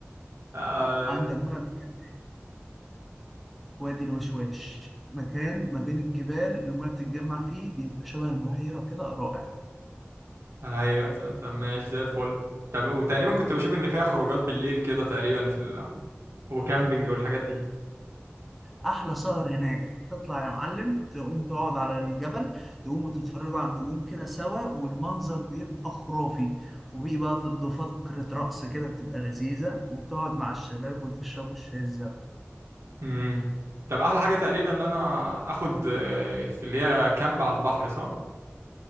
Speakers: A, on the right (about 70°); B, in the centre.
A: آه،
B: عندك بقى مكان تاني وادي الوشواش مكان ما بين الجبال المياه بتتجمع فيه بيبقى شبه البحيره كده رائع
A: ايوه طب طب ماشي زي الفل طب وتقريبا كنت بشوف ان فيها خروجات بالليل كده تقريبا في ال... وكامبينج والحاجات دي
B: احلى سهر هناك تطلع يا معلم تقوم تقعد على الجبل تقوم وتتفرجوا على النجوم كده سوا والمنظر بيبقى خرافي وبيبقى برضه فقرة رقص كده بتبقى لذيذة وبتقعد مع الشباب وتشربوا الشاي الزردة
A: امم طب احلى حاجه تقريبا ان انا اخد آه، في اللي هي كامب على البحر صح